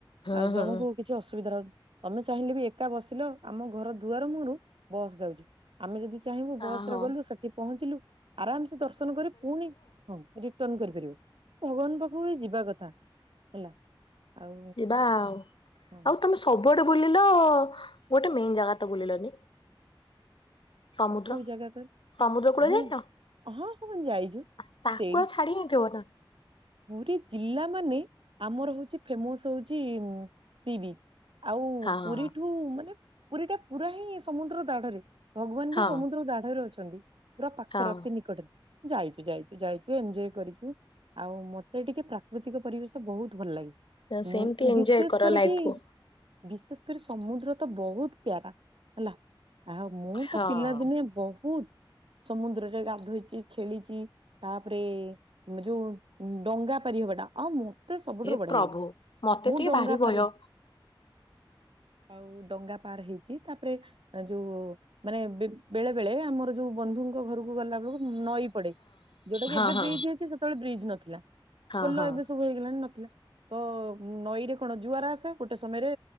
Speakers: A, on the left; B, on the right.
A: ହଁ
B: ଆଉ
A: ହଁ।
B: ଜଣଙ୍କୁ କିଛି ଅସୁବିଧା <unintelligible> ତମେ ଚାହିଁଲେ ବି ଏକା ବସିଲ ଆମ ଘର ଦୁଆର ମୁହଁରୁ ବସ୍ ଯାଉଛି। ଆମେ ଯଦି ଚାହିଁବୁ ବସ
A: ଆ ହଉ
B: ରେ ଗଲୁ ସେଠି ପହଞ୍ଚିଲୁ ଆରାମସେ ଦର୍ଶନ କରି ପୁଣି ହୁଁ ରିଟର୍ଣ କରିପାରିବୁ, ଭଗବାନ ପାଖକୁ ଯିବା କଥା ହେଲା। ଆଉ
A: ଯିବା ଆଉ
B: ହଁ
A: ଆଉ ତମେ ସବୁଆଡେ ବୁଲିଲ ଗୋଟେ ମେନ୍ ଜାଗା ତ ବୁଲିଲନି। ସମୁଦ୍ର,
B: ଆଉ କୋଉ ଜାଗା କହିଲ
A: ସମୁଦ୍ର କୂଳ
B: ହଁ
A: ଯାଇନ?
B: ହଁ ହଁ ଯାଇଛୁ
A: ଆ ତାକୁ
B: ସେଇ
A: ଆଉ ଛାଡି ହେଇଥିବ ନା।
B: ପୁରୀ ଜିଲ୍ଲା ମାନେ ଆମର ହଉଛି ଫେମସ ହଉଛି ଉଁ ସି ବିଚ୍। ଆଉ
A: ହଁ
B: ପୁରୀଠୁ ମାନେ ପୁରୀ ଟା ପୁରା ହିଁ ସମୁଦ୍ର ଦାଢରେ। ଭଗବାନ
A: ହଁ
B: ବି ସମୁଦ୍ର ଦାଢରେ ଅଛନ୍ତି ପୁରା ପାଖରେ
A: ହଁ।
B: ଅତି ନିକଟରେ। ଯାଇଛୁ ଯାଇଛୁ ଯାଇଛୁ ଏଞ୍ଜୟ କରିଛୁ। ଆଉ ମତେ ଟିକେ ପ୍ରାକୃତିକ ପରିବେଶ ବହୁତ ଭଲ ଲାଗେ
A: ସେମିତି
B: ଉଁ
A: ଏଞ୍ଜୟ
B: ବିଶେଷ
A: କର
B: କରିକି
A: ଲାଇଫ କୁ
B: ବିଶେଷ କରି ସମୁଦ୍ର ତ ବହୁତ ପ୍ୟାରା ହେଲା। ଆଉ ମୁଁ
A: ହଁ।
B: ତ ପିଲାଦିନେ ବହୁତ ସମୁଦ୍ରରେ ଗାଧୋଇଛି ଖେଳିଛି ତାପରେ ଯୋଉ ଡଙ୍ଗା ପାରିହଟା ଆଉ ମ ମତେ ସବୁଠାରୁ
A: ହେ
B: ବଢିଆ
A: ପ୍ରଭୁ
B: ଲାଗେ।
A: ମତେ
B: ମୁଁ
A: ଟିକେ
B: ଡଙ୍ଗା
A: ଭାରି ଭୟ
B: ପାରି
A: ହଁ
B: ଆଉ ଡଙ୍ଗା ପାର ହେଇଛି ତାପରେ ଆ ଯୋଉ ମାନେ ବେ ବେଳେ ବେଳେ ଆମର ଯୋଉ ବନ୍ଧୁଙ୍କ ଘରକୁ ଗଲା ବେଳକୁ ନଈ ପଡେ। ଯୋଉଟା କି
A: ହଁ
B: ଏବେ
A: ହଁ
B: ବ୍ରିଜ ହେଇଛି, ସେତେବେଳେ ବ୍ରିଜ ନଥିଲା
A: ହଁ
B: ପୋଲ
A: ହଁ
B: ଏବେ ସବୁ ହେଇଗଲାଣି ନଥିଲା। ତ ନଈ ରେ କଣ ଜୁଆର ଆସେ ଗୋଟେ ସମୟରେ